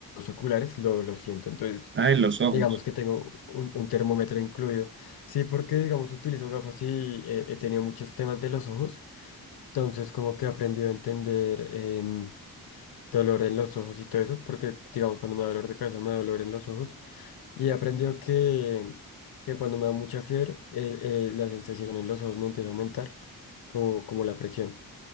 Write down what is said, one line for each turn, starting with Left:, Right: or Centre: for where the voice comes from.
Left: oculares, lo, lo siento. Entonces,
Right: Ah, en los ojos.
Left: digamos que tengo un, un termómetro incluido. Sí, porque digamos utilizo gafas y eh, he tenido muchos temas de los ojos, entonces como que he aprendido a entender em, dolor en los ojos y todo eso, porque digamos cuando me da dolor de cabeza me da dolor en los ojos. Y aprendió que, que cuando me da mucha fiebre, el- el- la sensación en los ojos me empieza a aumentar, como, como la presión.